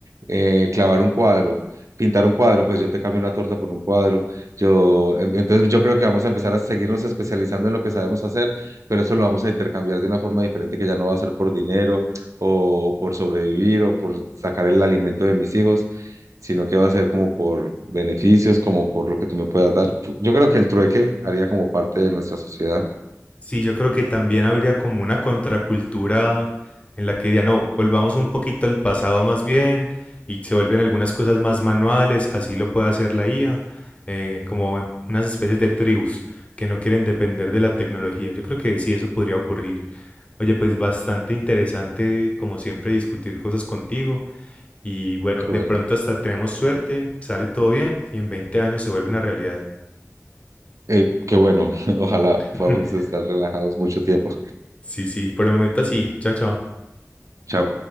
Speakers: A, on the right; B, on the left.
A: eh, clavar un cuadro. pintar un cuadro, pues yo te cambio una torta por un cuadro. Yo, em- entonces yo creo que vamos a empezar a seguirnos especializando en lo que sabemos hacer pero eso lo vamos a intercambiar de una forma diferente que ya no va a ser por dinero o, o por sobrevivir o por sacar el alimento de mis hijos, sino que va a ser como por beneficios, como por lo que tú me puedas dar. Pu- Yo creo que el trueque haría como parte de nuestra sociedad.
B: Sí, yo creo que también habría como una contracultura en la que diría, no, volvamos un poquito al pasado más bien y se vuelven algunas cosas más manuales, así lo puede hacer la IA, eh, como en unas especies de tribus que no quieren depender de la tecnología. Yo creo que sí, eso podría ocurrir. Oye, pues bastante interesante, como siempre, discutir cosas contigo y bueno,
A: Qué
B: de
A: ver-
B: pronto hasta tenemos suerte, sale todo bien y en 20 años se vuelve una realidad.
A: eh, qué bueno, <laughs> ojalá
B: <laughs>
A: podamos estar relajados mucho tiempo.
B: Sí, sí, por el momento así. Chao, chao.
A: Chao.